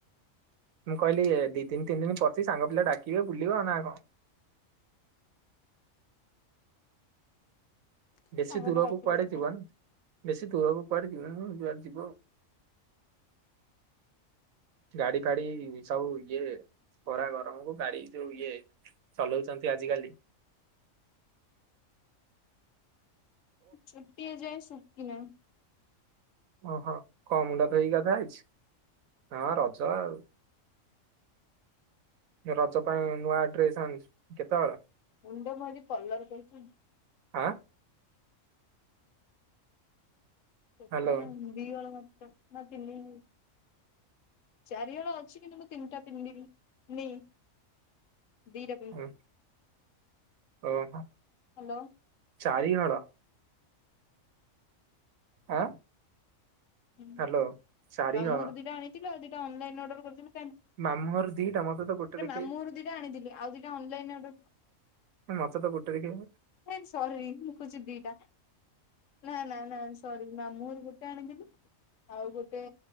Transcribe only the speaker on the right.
ମୁଁ କହିଲି ଏ ଦି ଦିନ ତିନି ଦିନ ପଡିଚି ସାଙ୍ଗ ପିଲା ଡାକିବେ ବୁଲିବ ନା କଣ?
ବେଶୀ
ଦୂରକୁ
କୁଆଡେ ଜୀବନ ବେଶୀ ଦୂରକୁ ଯିବାନି ଯେ ଯୁଆଡେ ଯିବ ଗାଡି ଫାଡି ସବୁ ଇଏ ଖରା ଗରମକୁ, ଗାଡି ଯୋଉ ଇଏ ଚଲଉଛନ୍ତି ଆଜିିକାଲି
ଓହୋ କଣ ମୁଣ୍ଡା ଧୋଇକି ଗାଧା ହେଇଛି, ହଁ ରଜ ଆଉ। ରଜ ପାଇଁ ନୂଆ ଡ୍ରେସ୍ ଅଣଚୁ, କେତେହଳ?
ଆଁ?
ହ୍ୟାଲୋ
ଉଁ, ଓହୋ
ଚାରି ହଳ। ଆଁ?
ହ୍ୟାଲୋ ଚାରି
ହଳ
ମାମୁଁ ଘରୁ ଦିଟା ମୋତେ ତ ଗୋଟେ ଦେଖେଇ
ହଁ ମୋତେ ତ ଗୋଟେ ଦେଖେଇ